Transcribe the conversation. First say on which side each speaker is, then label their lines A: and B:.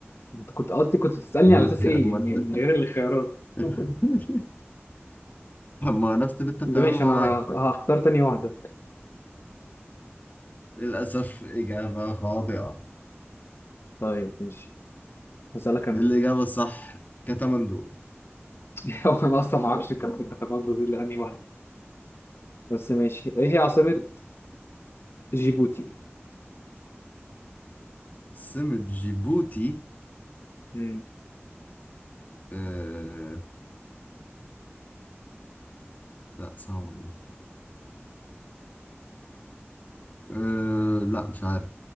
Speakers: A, on the left; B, on the left.
A: انت كنت قصدي كنت بتسالني
B: امال
A: على اساس
B: إنت-
A: ايه
B: امال
A: يعني <laughs> من
B: إنت-
A: غير الخيارات
B: <laughs>
A: <laughs>
B: طب ما عرفت اللي انت بتعمله
A: ده ماشي
B: معاك
A: انا هختار تاني واحده
B: للأسف إجابة خاطئة
A: طيب ماشي هسألك أنا
B: الإجابة الصح كاتماندو
A: <laughs> هو أنا أصلا ما أعرفش الكاتماندو دي لأنهي واحدة بس ماشي إيه هي عاصمة جيبوتي؟
B: سمة جيبوتي
A: مم.
B: آه... لا صعب إيه آه... لا مش عارف